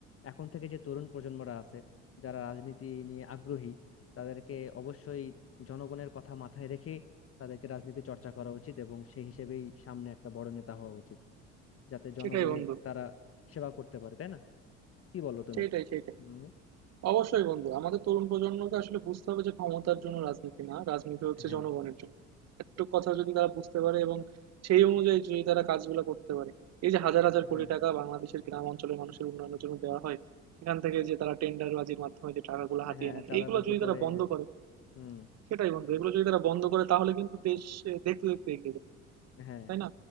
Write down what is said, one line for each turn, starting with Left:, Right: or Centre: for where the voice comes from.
Left: এখন থেকে যে তরুণ প্রজন্মরা আছে যারা রাজনীতি নিয়ে আগ্রহী তাদেরকে অবশ্যই জনগণের কথা মাথায় রেখে তাদেরকে রাজনীতি চর্চা করা উচিত এবং সেই হিসেবেই সামনে একটা বড় নেতা হওয়া উচিত যাতে জনগণের
Right: সেটাই বন্ধু
Left: তারা সেবা করতে পারে তাই না কি বলো তুমি
Right: সেইটাই সেইটাই
Left: মানে
Right: অবশ্যই বন্ধু আমাদের তরুণ প্রজন্মকে আসলে বুঝতে হবে যে ক্ষমতার জন্য রাজনীতি না রাজনীতি হচ্ছে
Left: হ্যাঁ
Right: জনগণের জন্য একটু কথা যদি তারা বুঝতে পারে এবং সেই অনুযায়ী যদি তারা কাজগুলো করতে পারে এই যে হাজার হাজার
Left: হ্যাঁ
Right: কোটি টাকা বাংলাদেশের গ্রাম অঞ্চলের মানুষের উন্নয়নের জন্য দেওয়া হয় সেখান থেকে যে তারা টেন্ডারবাজির মাধ্যমে যে টাকাগুলো হাতিয়ে
Left: হ্যাঁ
Right: নেয়
Left: চাঁদাবাজি
Right: এইগুলো যদি
Left: করে
Right: তারা বন্ধ করে
Left: হুম
Right: সেটাই বন্ধু এগুলো যদি তারা বন্ধ করে তাহলে কিন্তু দেশ এ, দেখতে দেখতে এগিয়ে যাবে
Left: হ্যাঁ
Right: তাই না